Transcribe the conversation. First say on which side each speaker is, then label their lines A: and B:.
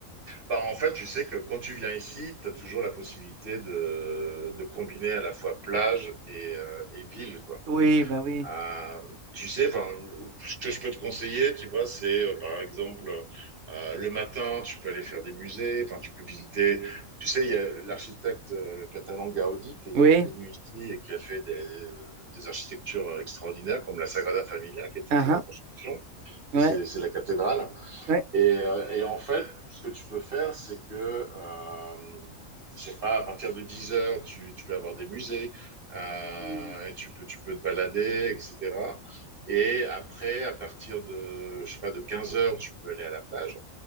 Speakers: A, on the right; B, on the right.
A: Bah, en fait, tu sais que quand tu viens ici, tu as toujours la possibilité de, de combiner à la fois plage et, euh, et ville, quoi.
B: Oui, ben oui.
A: Euh, tu sais, enfin, ce que je peux te conseiller, tu vois, c'est euh, par exemple euh, le matin, tu peux aller faire des musées, enfin, tu peux visiter. Tu sais, il y a l'architecte euh, catalan Gaudi qui est hyper
B: Oui,
A: connu ici et qui a fait des, des architectures extraordinaires comme la Sagrada Familia qui est toujours
B: ah
A: en
B: ah,
A: construction. Tu
B: ouais,
A: sais, C'est c'est la cathédrale.
B: ouais.
A: Et, euh, et en fait, ce que tu peux faire, c'est que, euh, je sais pas, à partir de 10 heures, tu, tu peux avoir des musées, euh,
B: Mhm.
A: et tu peux, tu peux te balader, etc. Et après, à partir de, je sais pas, de 15 heures, tu peux aller à la plage.